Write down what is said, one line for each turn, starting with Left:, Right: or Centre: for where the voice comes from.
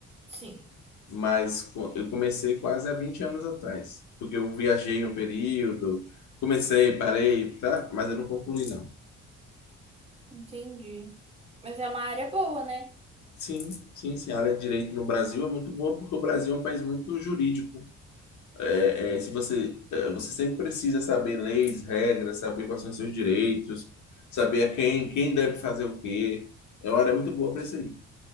Right: Sim,
Left: mas co- eu comecei quase há 20 anos atrás, porque eu viajei um período, comecei, parei, tá? Mas eu não concluí, não.
Right: entendi. Mas é uma área boa, né?
Left: Sim, sim, sim. A área de direito no Brasil é muito boa porque o Brasil é um país muito jurídico. É, é, se você, é, você sempre precisa saber leis, regras, saber quais são os seus direitos, saber a quem, quem deve fazer o quê. É uma área muito boa para isso aí.